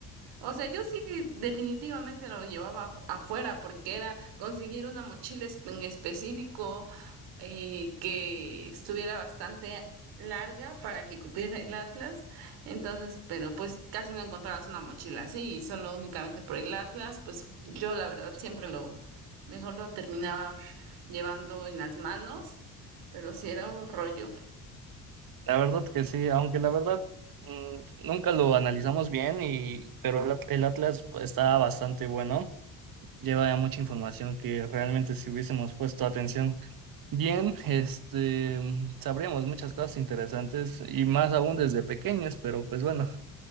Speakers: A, on the right; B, on the right.
A: o sea, yo sí definitivamente lo llevaba af- afuera porque era conseguir una mochila es- en específico eh, que estuviera bastante larga para que cupiera el Atlas. Entonces, pero pues casi no encontrabas una mochila así y solo únicamente por el Atlas, pues yo la verdad siempre lo mejor lo terminaba llevando en las manos, pero sí era un rollo.
B: La verdad que sí, aunque la verdad mm, nunca lo analizamos bien, y, pero el, At- el Atlas está bastante bueno, lleva ya mucha información que realmente si hubiésemos puesto atención bien, este, mm, sabríamos muchas cosas interesantes y más aún desde pequeños, pero pues bueno,